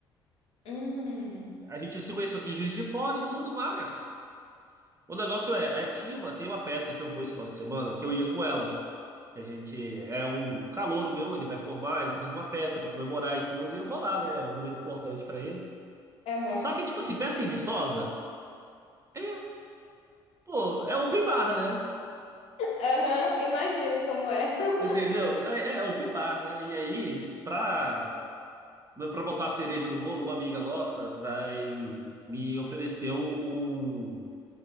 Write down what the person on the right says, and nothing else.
A gente se conheceu aqui em Juiz de Fora e tudo, mas. O negócio é, é, tinha uma, tem uma festa que eu vou esse final de semana que eu ia com ela. que A gente é um calouro meu, ele vai formar, ele tá fazendo uma festa pra comemorar e tudo, e eu vou lá, né? É um momento importante pra ele.
Só que, tipo assim, festa em Viçosa, é, pô, é open bar, né?
Entendeu? É, é open bar, né? E aí, pra, pra botar a cereja no bolo, uma amiga nossa vai me ofereceu um, um,